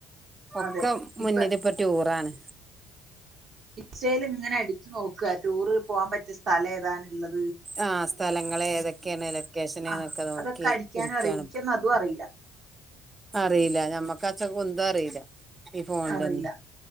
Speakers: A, on the right; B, on the right.
A: ഒക്കെ
B: അതെ
A: മുന്നടിപ്പൊ
B: ഇപ്പൊ
A: റ്റൂറാണ്.
B: ഇൻസ്റ്ററ്റിലിങ്ങെനെ അടിച്ച് നോക്കുക റ്റൂറ്. പോവാൻ പറ്റിയ സ്ഥലയേതാണുള്ളത്.
A: ആഹ് സ്ഥലങ്ങളേതെക്കെയാണ് ലൊക്കേഷനേതെക്കെ
B: ആ
A: നോക്കി
B: അതൊക്കെ അടിക്കാനും
A: ഇരിക്കാണ്
B: അറിയാം എനിക്കൊന്നും
A: ഇപ്പോ.
B: അതും അറിയില്ല
A: അറിയില്ല ഞമ്മക്ക ന്ത കുന്തേം അറിയില്ല. ഈ ഫോണിലൊന്നും
B: അറിയില്ല.